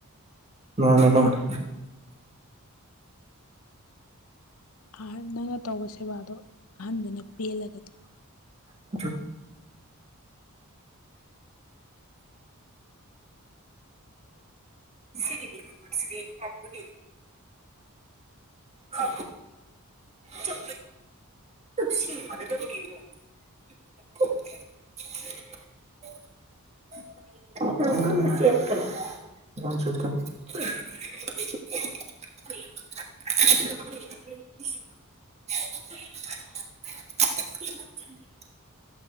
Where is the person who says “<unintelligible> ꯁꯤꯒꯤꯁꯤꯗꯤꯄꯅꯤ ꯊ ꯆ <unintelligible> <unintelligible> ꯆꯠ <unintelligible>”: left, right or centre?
Right